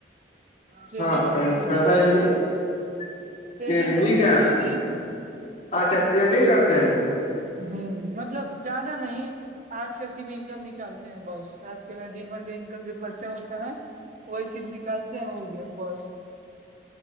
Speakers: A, on the right; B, on the left.
A: ٹریڈنگ
B: ہاں
A: کرتے ہیں
B: پیسہ ہی نہیں
A: ٹریڈنگ کرتے
B: یہ کیا
A: ہیں ٹریڈنگ
B: ہے اچھا ٹریڈنگ کرتے ہیں
A: ہوں مطلب زیادہ نہیں آج کسی بھی انکم نکالتے ہیں بس آج کے دن بھر کا انکم جو خرچہ ہوتا ہے وہیسی بھی نکالتے ہیں ہو گیا بس